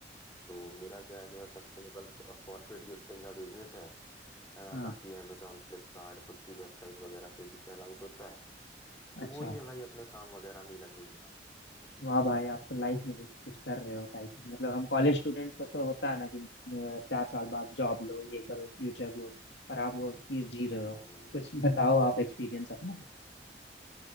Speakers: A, on the left; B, on the left.
A: तो मेरा क्या है मेरा सस्टेनेबल कॉर्पोरेट गिफ्टिंग का बिजनेस है है ना
B: हाँ
A: बाकी अमेजोन फ्लिपकार्ट खुद की वेबसाइट वगैरह से भी सेल आउट होता है तो
B: अच्छा
A: वही है भाई अपने काम वगैरह में ही लगे हुए हैं
B: वाह भाई आप तो लाइफ में जैसे कुछ कर रहे हो टाइप मतलब हम कॉलेज स्टूडेंट्स को तो होता है ना कि अ, चार साल बाद जॉब लो ये करो फ्यूचर गोल्स और आप वो चीज जी रहे
A: हाँ,
B: हो
A: नहीं नहीं।
B: कुछ बताओ आप एक्सपीरियंस अपना